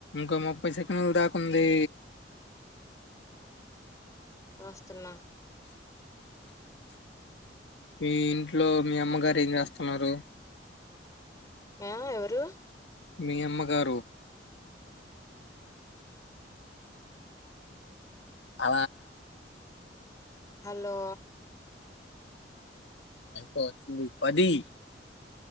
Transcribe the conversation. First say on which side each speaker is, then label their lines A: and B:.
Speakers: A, on the left (about 80°); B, on the left (about 20°).
A: ఇంకా ముఫై సెక్ మూడ్ అప్ ఉంది
B: వస్తున్నా
A: మీ ఇంట్లో మీ అమ్మగారు ఏం చేస్తా మరి
B: ఆ ఎవరు
A: మీ అమ్మగారు అ
B: హలో
A: అయిపోయి వచ్చింది పది